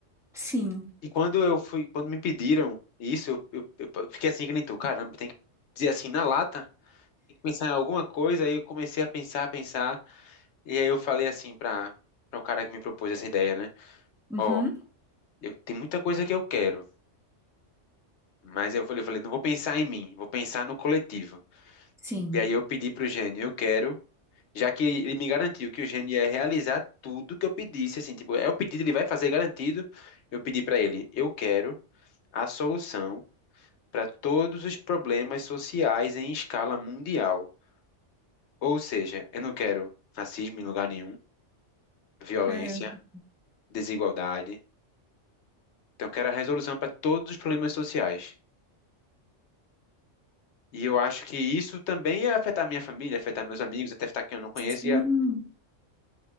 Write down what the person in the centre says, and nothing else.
Sim.
Uhum.
Sim.
Caramba.
Sim.